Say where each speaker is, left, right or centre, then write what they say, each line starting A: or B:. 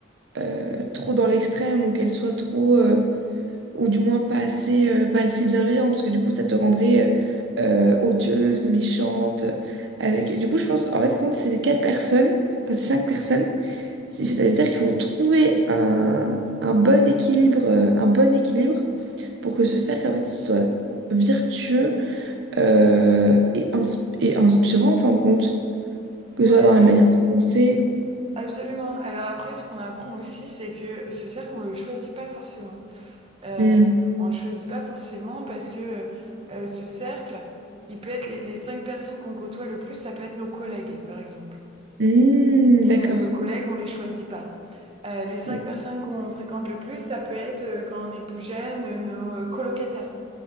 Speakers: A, on the right; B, on the right.
A: euh, trop dans l'extrême ou qu'elles soient trop, euh, ou du moins pas assez, euh, pas assez bienveillantes. Parce que du coup, ça te rendrait euh, euh, odieuse, méchante. Avec... Du coup, je pense, en fait, compte ces quatre personnes, enfin ces cinq personnes, c'est- Ça veut dire qu'il faut trouver un, un bon équilibre, euh, un bon équilibre pour que ce cercle en fait, il soit vertueux euh, et, ins- et inspirant en fin de compte, que
B: ouais,
A: ce soit dans la manière de penser.
B: absolument. Alors après, ce qu'on apprend aussi, c'est que ce cercle, on le choisit pas forcément. Euh,
A: Hmm.
B: on le choisit pas forcément parce que euh, ce cercle, il peut être les, les cinq personnes qu'on côtoie le plus, ça peut être nos collègues, par exemple.
A: Hmm,
B: Et
A: d'accord.
B: euh, nos collègues, on les choisit pas. Euh, les cinq
A: Hmm,
B: personnes qu'on fréquente le plus, ça peut être euh, quand on est plus jeune, euh, nos euh, colocataires.